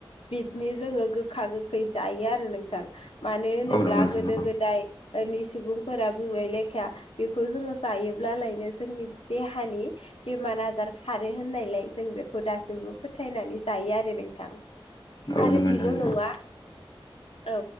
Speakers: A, on the left; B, on the left.
A: बिदिनो जोङो गोखा गोखै जायो आरो नोंथां मानो होनोब्ला
B: औ नंगौ नोंथां
A: गोदो
B: नंगौ
A: गोदाय नि सुबुंफोरा बुंनाय लेखाया बेखौ जोङो जायोब्लालायनो जोंनि देहानि बेमार आजार खारो होननायलाय जों बेखौ दासिमबो फोथायनानै जायो आरो नोंथां
B: औ
A: आरो
B: नंगौ नोंथां नंगौ औ नंगौ नोंथां नंगौ औ नंगौ नोंथां नंगौ औ नंगौ नोंथां
A: बेल'
B: नंगौ
A: नङा
B: औ
A: औ